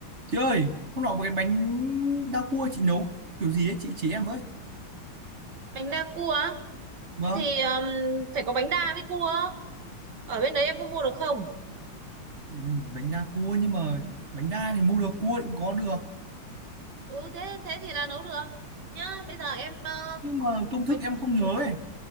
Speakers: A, on the right; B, on the right.
A: Chị ơi, hôm nọ một cái bánh đa cua chị nấu kiểu gì ấy, chị chỉ em với.
B: bánh đa cua á?
A: Vâng,
B: thì um, phải có bánh đa với cua ở bên đấy em có mua được không
A: ừ, bánh đa cua nhưng mà bánh đa thì mua được, cua thì cũng có được.
B: ừ thế thế thì là nấu được nhá bây giờ em ờ,
A: Nhưng mà công
B: bánh
A: thức em
B: đa
A: không nhớ ấy.